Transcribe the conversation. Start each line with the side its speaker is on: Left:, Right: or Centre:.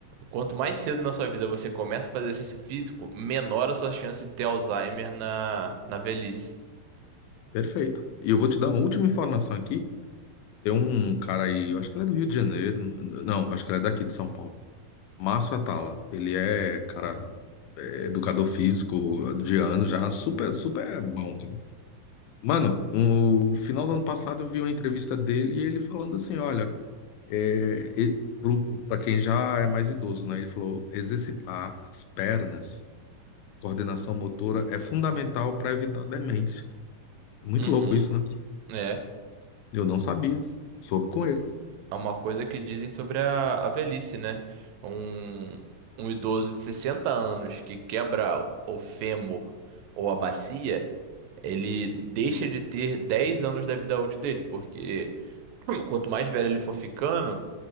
Right: quanto mais cedo na sua vida você começa a fazer exercício físico, menor a sua chance de ter Alzheimer na, na velhice.
Left: Perfeito. E eu vou te dar uma última informação aqui. Tem um cara aí, eu acho que ele é do Rio de Janeiro, n- não, acho que ele é daqui de São Paulo. Márcio Atala, ele é, cara, é educador físico de ano já, super, super bom, cara. Mano, no final do ano passado eu vi uma entrevista dele e ele falando assim, olha, É, para quem já é mais idoso, né? Ele falou: exercitar as pernas, coordenação motora, é fundamental para evitar demência. Muito
Right: Uhum,
Left: louco isso, né?
Right: é.
Left: Eu não sabia. Soube com ele.
Right: É uma coisa que dizem sobre a, a velhice, né? Um, um idoso de 60 anos que quebra o o fêmur ou a bacia, ele deixa de ter 10 anos da vida útil dele, porque <clears throat> quanto mais velho ele for ficando,